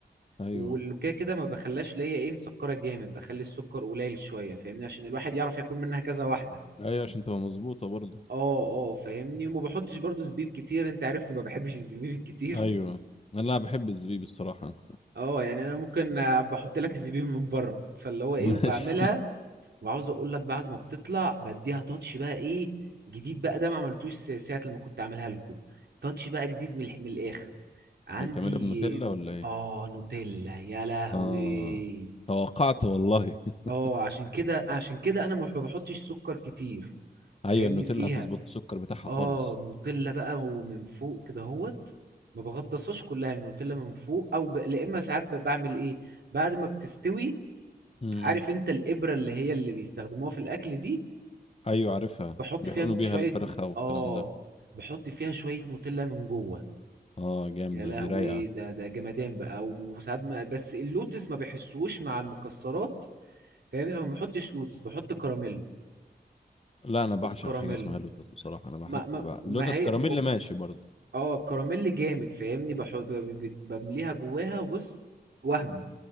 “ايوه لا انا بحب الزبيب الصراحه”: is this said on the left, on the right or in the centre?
Left